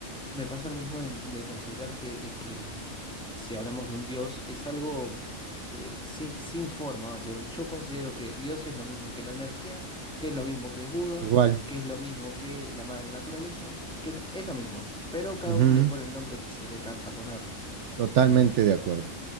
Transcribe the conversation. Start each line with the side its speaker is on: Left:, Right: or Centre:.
Centre: me pasa lo mismo de, de considerar que, eh, que si hablamos de un Dios, es algo eh, sin, sin forma, básicamente. Yo considero que Dios es lo mismo que la energía, que es lo mismo que Buda,
Right: igual,
Centre: que es lo mismo que la madre naturaleza, que es lo es lo mismo, pero cada
Right: ujú,
Centre: uno le pone el nombre que se le canta ponerle.
Right: totalmente
Centre: Eh,
Right: de acuerdo.